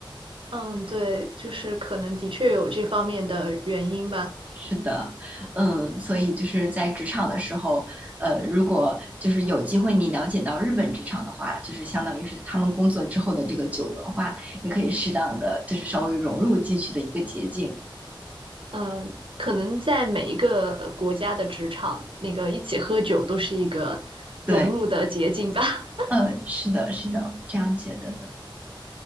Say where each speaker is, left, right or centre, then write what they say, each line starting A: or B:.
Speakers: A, on the right; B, on the right.
A: 嗯，对，就是可能的确有这方面的原因吧。
B: 是的，嗯，所以就是在职场的时候，呃，如果就是有机会你了解到日本职场的话，就是相当于是他们工作之后的这个酒文化，也可以适当的就是稍微融入进去的一个捷径。
A: 嗯，呃可能在每一个国家的职场，那个一起喝酒都是一个融入的捷径吧。
B: 对，
A: <laughs>
B: 嗯，是的，是的，这样觉得的。